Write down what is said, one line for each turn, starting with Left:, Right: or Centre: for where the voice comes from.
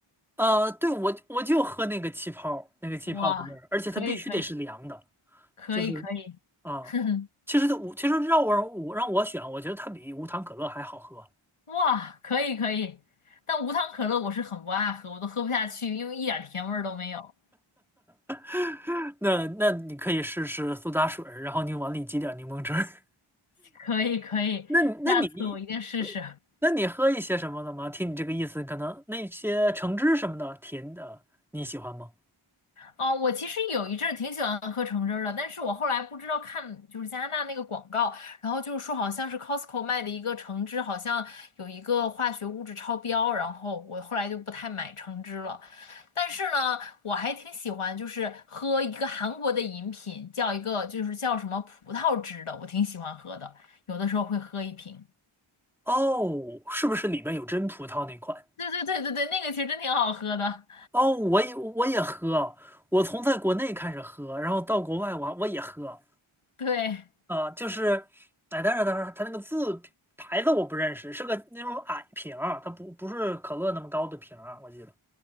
Centre: 呃，对，我我就喝那个气泡，那个气泡的味儿，
Left: 哇，
Centre: 而且它必须得是凉的。
Left: 可以可以可以可以，
Centre: 就是啊、
Left: <laughs> 哼哼，
Centre: 其实它其实让我我让我选，我觉得它比无糖可乐还好喝。
Left: 哇，可以可以。但无糖可乐我是很不爱喝，我都喝不下去，因为一点儿甜味儿都没有。
Centre: <laughs> 那那你可以试试苏打水儿，然后你往里挤点柠檬汁儿。<laughs>
Left: 可以可以，
Centre: 那你那你
Left: 下次我一定试试。
Centre: 那你喝一些什么的吗？听你这个意思，可能那些橙汁什么的甜的你喜欢吗？
Left: 哦，我其实有一阵儿挺喜欢喝橙汁儿的，但是我后来不知道看就是加拿大那个广告，然后就是说好像是 Costco 卖的一个橙汁，好像有一个化学物质超标，然后我后来就不太买橙汁了。但是呢，我还挺喜欢就是喝一个韩国的饮品，叫一个就是叫什么葡萄汁的，我挺喜欢喝的，有的时候会喝一瓶。
Centre: 哦，是不是里面有真葡萄那款？
Left: 对对对对对，那个其实真挺好喝的，
Centre: 哦，我也我也喝，我从在国内开始喝，然后到国外我我也喝，
Left: <laughs> 对。
Centre: 啊、就是，哎，但是但是它那个字牌子我不认识，是个那种矮瓶儿，它不不是可乐那么高的瓶儿啊，我记得